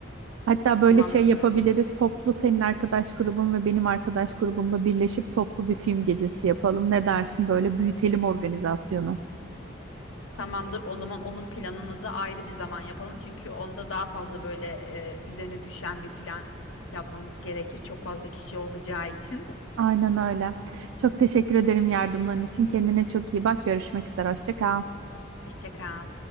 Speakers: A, on the right; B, on the left.
A: Hatta
B: tamamdır.
A: böyle şey yapabiliriz. Toplu senin arkadaş grubun ve benim arkadaş grubumla birleşip toplu bir film gecesi yapalım. Ne dersin? Böyle büyütelim organizasyonu.
B: Tamamdır. O zaman onun planını da ayrı bir zaman yapalım. Çünkü onda daha fazla böyle e, üzerine düşen bir plan yapmamız gerekir. Çok fazla kişi olacağı için.
A: Aynen öyle. Çok teşekkür ederim yardımların için. Kendine çok iyi bak. Görüşmek üzere. Hoşça kal.
B: Hoşça kal.